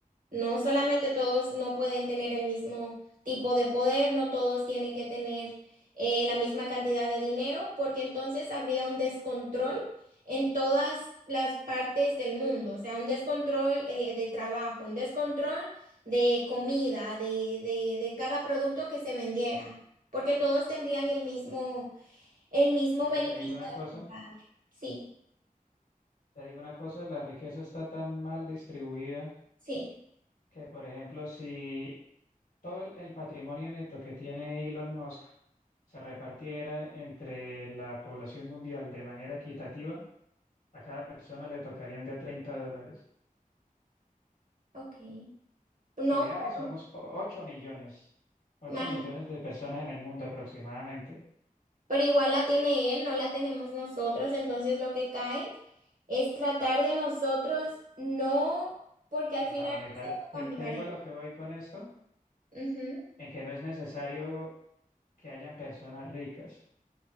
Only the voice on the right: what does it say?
No solamente todos no pueden tener el mismo tipo de poder, no todos tienen que tener eh, la misma cantidad de dinero, porque entonces habría un descontrol en todas las partes del mundo, o sea, un descontrol eh, de trabajo, un descontrol de comida, de, de, de cada producto que se vendiera, porque todos tendrían el mismo, el mismo
beneficio
de comprar. Sí,
sí,
ok. No,
pero...
imagínate.
pero igual la tiene él, no la tenemos nosotros, entonces lo que cae es tratar de nosotros, no, porque al final
yo se lo
cambiaré.
Ujú.